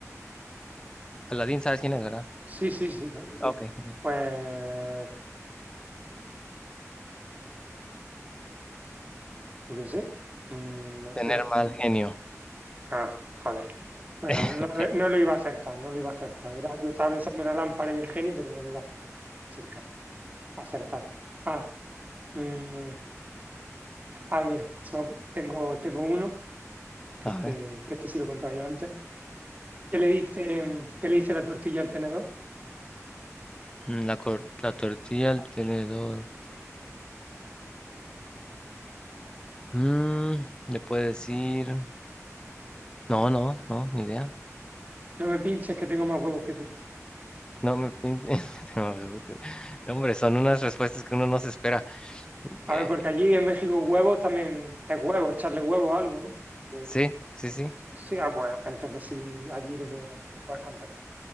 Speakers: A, on the left (about 15°); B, on the right (about 30°).
A: Aladín, ¿sabes quién es, verdad?
B: Sí, sí, sí, ¿no?
A: Ah, Ok, ok.
B: Pues, yo qué sé. Mm, espera.
A: Tener mal genio.
B: Ah, joder.
A: <laughs>
B: Bueno, no, lo no lo iba a acertar, no lo iba a acertar. Era, estaba pensando en la lámpara y el genio, pero no lo iba a acercar, a acertar. Ah, Mm, ah, mira, se me ocu- tengo, tengo uno, que
A: A
B: este,
A: ver,
B: que este sí lo he contado yo antes. ¿Qué le dice, qué le dice la tortilla al tenedor?
A: mm, la, cor- la tortilla, el tenedor. Mm, le puede decir. No, no, no, ni idea.
B: No me pinches que tengo más huevos que tú.
A: No, me... pin- <laughs> no, no, hombre, son unas respuestas que uno no se espera. Eh,
B: A ver, porque allí en México huevos también es huevo, echarle huevo a algo, ¿no? O-
A: sí, sí, sí.
B: sí, ah, bueno, entonces sí, allí lo, puedo, lo puedes contestar.